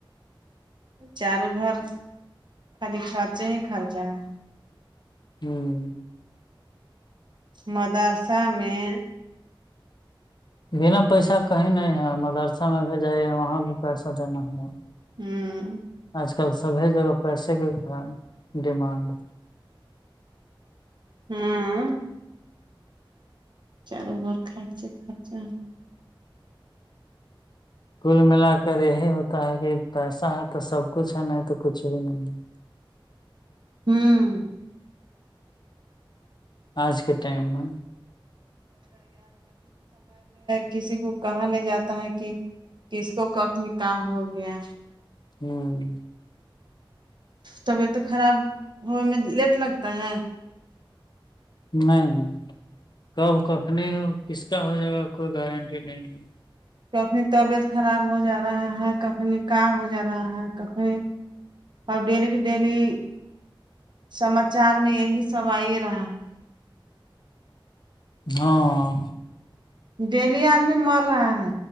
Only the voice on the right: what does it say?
سال بھر خالی خرچے ہی خرچے ہیں
مدرسہ میں
ہوں
ہوں چاروں اورخرچہ خرچہ ہے
ہوں
کسی کو کہا نہیں جاتا ہے کہ کس کو کب نکاح ہو گیا
طبیعت تو خراب ہونے میں لیٹ لگتا ہے
کابھی طبیعت خراب ہو جا رہا ہے کابھی نکاہ ہو جا رہا ہے کابھی اور ڈلیی کو ڈلی سماچار میں یہی سب آئی رہا ہے
ڈیلی آدمی مر رہا ہے